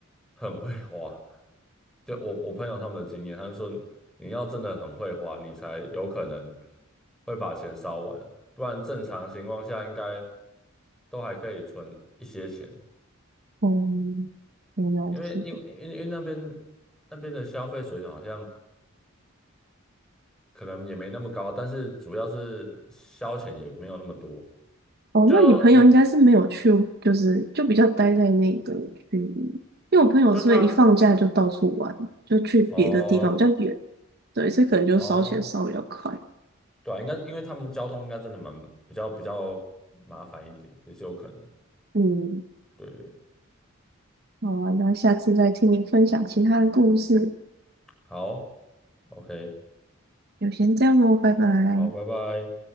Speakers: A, in the centre; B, on the right.
A: 很会花。就我我朋友他们的经验，他们说你要真的很会花，你才有可能会把钱烧完，不然正常情况下应该都还可以存一些钱，
B: 嗯，原来是这样。
A: 因为因为因为因为那边那边的消费水准好像可能也没那么高，但是主要是消遣也没有那么多。
B: 哦，
A: 就你
B: 那你朋友应该是没有去，就是就比较待在那个区域，因为我朋友是会一放假就到处玩，
A: 就他
B: 就去别的地方比较远，
A: 哦
B: 对，所以可能就烧钱烧比较快。
A: 哦，对啊，应该因为他们交通应该真的蛮比较比较麻烦一点，也是有可能。
B: 嗯，
A: 对，
B: 好啊那下次再听你分享其他的故事。
A: 好，OK，
B: 就先这样哦，拜拜。
A: 好，拜拜。